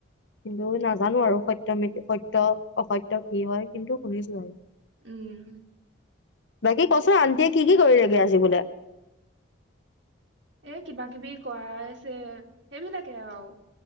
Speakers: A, on the left (about 65°); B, on the right (about 65°).
A: কিন্তু নাজানোঁ আৰু সত্য মি সত্য অসত্য কি হয়। কিন্তু শুনিছোঁ আৰু
B: উম।
A: বাকী কচোন আন্টিয়ে কি কি কৰিলেগে আজি বোলে।
B: এই কিবা কিবি কৰাই আছে। সেইবিলাকে আৰু